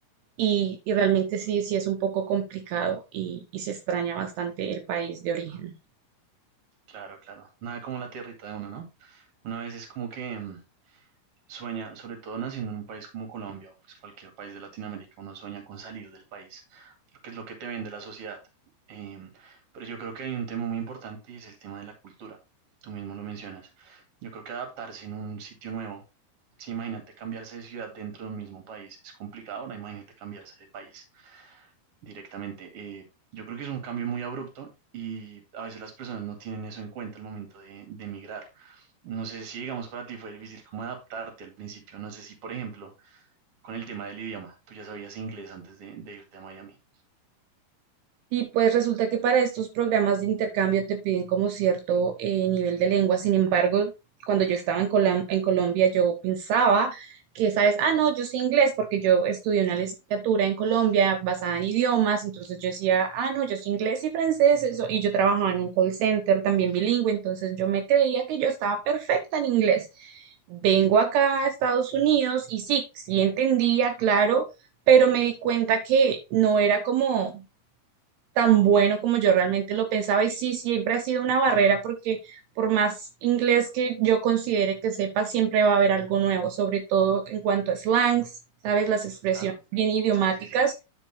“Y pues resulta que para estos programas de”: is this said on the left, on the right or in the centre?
Right